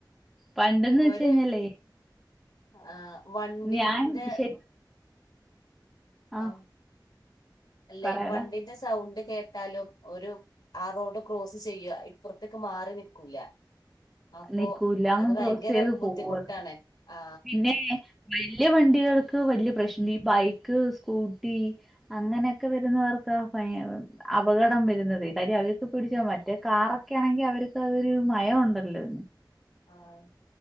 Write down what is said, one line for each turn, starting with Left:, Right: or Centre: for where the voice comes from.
Centre: പണ്ട്ന്ന് വെച്ച്
Left: ഒരു
Centre: കഴിഞ്ഞാലേ?
Left: ആ, വണ്ടിന്റെ
Centre: ഞാൻ ശരി ആ
Left: ആഹ് അല്ലെ
Centre: പറയടാ
Left: വണ്ടീന്റെ സൗണ്ട് കേട്ട ട്ടാലും ഒരു ആ റോഡ് ക്രോസ് ചെയ്യ ഇപ്പറ്ത്ത്ക്ക് മാറി നിക്കൂല അപ്പൊ
Centre: നിക്കൂല്ല അങ്ങ്
Left: അത് ഭയങ്കര
Centre: ക്രോസ് ചെയ്ത്
Left: ബുദ്ധിമുട്ടാണ്.
Centre: പോവുക
Left: ആ
Centre: പിന്നെ വല്യ വണ്ടികൾക്ക് വല്യ പ്രശ്നണ്ട് ഈ ബൈക്ക് സ്കൂട്ടി അങ്ങനെയൊക്കെ വരുന്നവർക്ക് ആ ഭയ അപകടം വെരുന്നതെ. കാര്യം അവർക്ക് പിടിച്ച മറ്റേ കാറൊക്കെ ആണെങ്കി അവർക്ക് അതൊരു മയൊ ഉണ്ടല്ലോ.
Left: ആഹ്